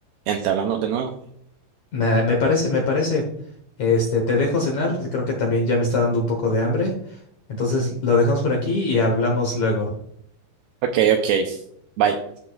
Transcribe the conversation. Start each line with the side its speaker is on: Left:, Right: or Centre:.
Right: entablamos de nuevo.
Left: Me, me parece, me parece. Este, te dejo cenar, creo que también ya me está dando un poco de hambre. Entonces lo dejamos por aquí y hablamos luego.
Right: Ok, ok, bye.